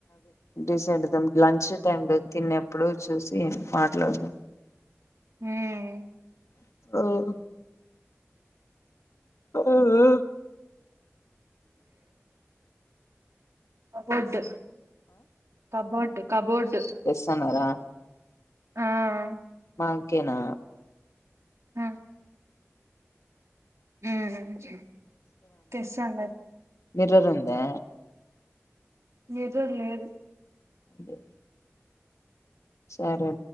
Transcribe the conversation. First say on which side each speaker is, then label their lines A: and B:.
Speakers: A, on the left (about 75°); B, on the right (about 70°).
A: డీసెండ్దం లంచ్ టైమ్ లో తిన్నేప్పుడు చూసి మాట్లాడదం.
B: ఉహ్మ్.
A: ఆవ్ హ్. ఉమ్ ఉమ్.
B: కబ్బ్డ్ కబోడ్. టె కబోడ్స్.
A: ఎస్ అన్నాదా.
B: ఆహ్.
A: ఓకెనా.
B: ఉమ్ ఉమ్. తెస్తా అన్నది.
A: మిర్రరుందా.
B: మిర్రర్ లేదు.
A: అంతే. సరే.